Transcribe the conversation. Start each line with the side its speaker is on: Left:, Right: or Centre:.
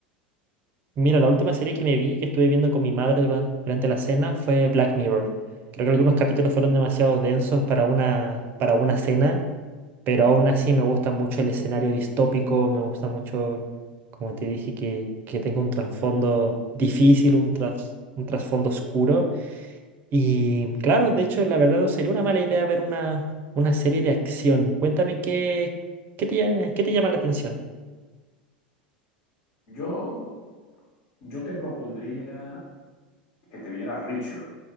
Right: Mira, la última serie que me vi, que estuve viendo con mi madre duran- durante, la cena, fue Black Mirror. Creo que algunos capítulos fueron demasiado densos para una, para una cena. Pero aún así me gusta mucho el escenario distópico, me gusta mucho, como te dije, que, que tenga un trasfondo difícil, un tras- un trasfondo oscuro. Y claro, de hecho, la verdad no sería una mala idea ver una, una serie de acción. Cuéntame qué, qué te, lla- qué te llama la atención.
Left: Yo, yo te propondría que te vieras Reacher,